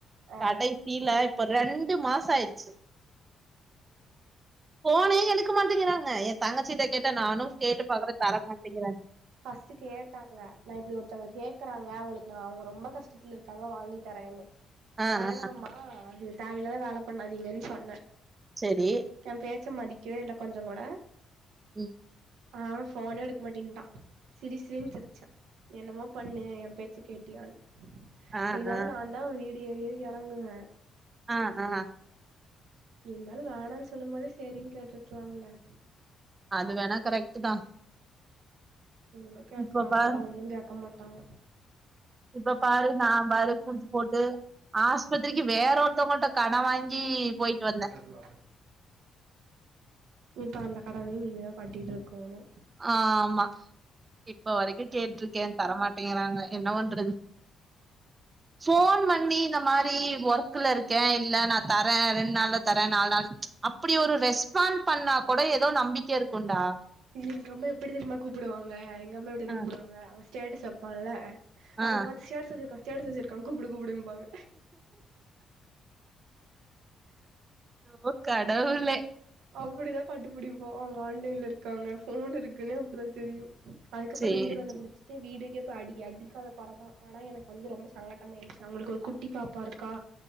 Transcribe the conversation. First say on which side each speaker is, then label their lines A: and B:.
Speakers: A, on the right; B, on the right.
A: ஆ
B: கடைஸ் இல்ல இப்ப ரெண்டு மாசாய்டுச்சு ஃபோனே எடுக்க மாட்டங்கிறாங்க ஏ தங்கச்சீட்ட கேட்ட நானு கேட்டு பாக்கற தர மாட்டங்கிறாங்
A: ஃபர்ஸ்ட் கேட்ட ங்க நா இப்டி ஒருத்தங்க கேக்கறாங்க அவங்களுக்கு அவுங்க ரொம்ப கஷ்டத்துல இருக்காங்க வாங்கி தரேன்னு
B: ஆ
A: வேணாம்மா
B: ஆ
A: இது தேவயில்லாத வேல பண்ணாதீங்கன் சொன்ன
B: செரி
A: ஏ பேச்ச மதிக்கவே இல்ல கொஞ்சங்கூட
B: ம் ம்
A: அவே ஃபோனே எடுக்க மாட்டேன்ட்டா சிரி சிரின்னுு சிரிச்சா என்னமோ பண்ணு ஏ பேச்ச கேட்டியானு
B: ஆ
A: இருந்தாலு
B: ஆ
A: நா தா வீடு ஏறி ஏறி எறங்குவ
B: ஆ ஆ
A: எப்டி இருந்தாலு வேணான்னு சொல்லும் போதே சேரின்னு கேட்ருக்லாம்ல
B: அது வேணா கரெக்ட்டு தா
A: எங்க கேக்றாங்க
B: இப்ப பாரு
A: அதெல்லா ஒண்ணு கேக்க மாட்டாங்க
B: இப்ப பாரு நா பாரு குடுத்து போட்டு ஆஸ்பத்ரிக்கி வேற ஒருத்தவங்கள்ட கட வாங்கி கீ போய்ட்டு வந்த
A: அதுவா இப்ப அந்த கடன்யு நீங்கதா கட்டிட்டு இருக்கோணு
B: ஆ ஆமா இப்ப வரைக்கு கேட்ருக்கே தரமாட்டேங்றாங்க என்ன பண்றது ஃபோன் பண்ணி இந்த மாரி ஒர்க்ல இருக்கே இல்ல நா தரே ரெண்டு நாள்ல தரே நாலு நாள் அப்படி ஒரு ரெஸ்பாண்ட் பண்ணா கூட ஏதோ நம்பிக்கை இருக்கும்டா
A: எங்க அம்மா எப்படித்தனமா கூப்புடுவாங்க எங்க அம்மா எப்படி தனமா
B: ஆ
A: கூப்புடுவாங்க அவ ஸ்டேட்டஸ் வெப்பான்ல
B: ஆ
A: அத பாத்து ஸ்டேட்டஸ் வச்சிருக்கா ஸ்டேட்டஸ் வச்சிருக்கா கூப்புடு கூப்புடும்பாங்க
B: ஓ கடவுளே
A: அப்படிதா கண்டுபிடிப்போ அவங்க ஆன்லைன்ல இருக்காங்க ஃபோன் இருக்குன்னு அப்டிதா தெரியு அதுக்கப்பறோ
B: சேரி
A: வீடு கண்டுபிடிச்சு
B: சேரி
A: த்து வீடுக்கே போய் அடி அடிக்காத கொறதா ஆனா எனக்கு வந்து ரொம்ப சங்கட்டமாயிடுச்சு அவங்களுக்கு ஒரு குட்டி பாப்பா இருக்கா